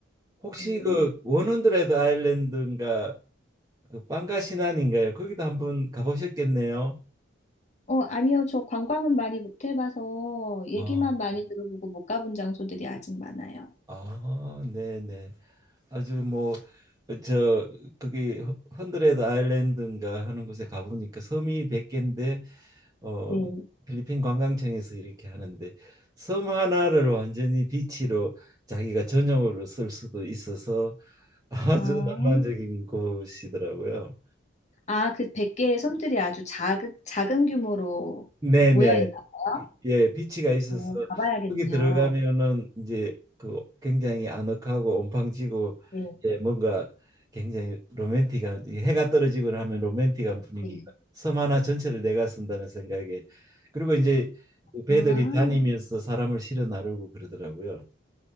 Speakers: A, on the right; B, on the left.
A: 혹시
B: 음.
A: 그 원헌드레드 아일랜드인가 그 빵가 신안인가요? 거기도 한번 가보셨겠네요.
B: 어, 아니요. 저 관광은 많이 못 해봐서 얘기만
A: 아,
B: 많이 들어보고 못 가본 장소들이 아직 많아요.
A: 아, 네네. 아주 뭐 저 거기 헌- 헌드레드 아일랜드인가 하는 곳에 가보니까 섬이 100개인데 어
B: 네.
A: 필리핀 관광청에서 이렇게 하는데 섬 하나를 완전히 비치로 자기가 전용으로 쓸 수도 있어서 아주
B: 아,
A: 낭만적인 곳이더라고요.
B: 아, 그 100개의 섬들이 아주 작은, 작은 규모로
A: 네네.
B: 모여 있나 봐요?
A: 예, 비치가 있어서
B: 오, 가봐야겠네요.
A: 거기 들어가면은 이제 그 굉장히 아늑하고 온팡지고
B: 네,
A: 예, 뭔가 굉장히 로맨틱한 이 해가 떨어지고 하면 로맨틱한 분위기가
B: 네.
A: 섬 하나 전체를 내가 쓴다는 생각에 그리고 이제 그 배들이
B: 아,
A: 다니면서 사람을 실어 나르고 그러더라고요.